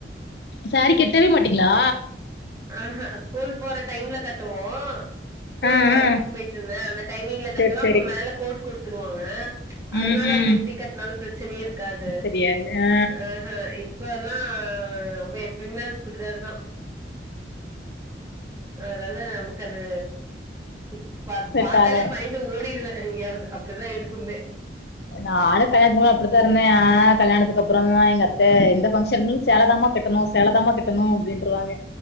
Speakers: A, on the left; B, on the right.
A: ஸேரி கெட்டவே மாட்டீங்ளா
B: ஆ ஹா ஸ்கூல் போற டைம்ல கட்டுவோ ஸ்கூலுக்கு
A: ஆ
B: ஒர்க்குக்
A: ஆ
B: போயிட்டுருந்த அந்த டைமிங்ல கட்டுவ
A: செரி
B: அப்ப
A: செரி
B: மேல கோட் குடுத்துடுவாங்க அதனால
A: ம் ம்
B: அது எப்டி கட்னாலு பிரச்சனையே இருக்காது
A: தெரியாது ஆ
B: ஆஹா இப் இப்ப எல்லா ரொம்ப எப்பயுமே அத சுடிதாரு தா அதனால நமக்கு அது இப்
A: செட்
B: பாத்தாலே
A: ஆகல
B: பயந்து ஓடிருவே எங்கயாவது அப்டிதா இருக்கும்மே
A: நானு கல்யாணத்துக்கு முன அப்டித்தா இருந்தே ஆ கல்யாணத்துக்கு அப்புறோ ஆ எங்க அத்த எந்த ஃபங்க்ஷன் மே ஸேலதாமா கட்டணு ஸேலதாமா கட்டணு அப்டின்றுவாங்க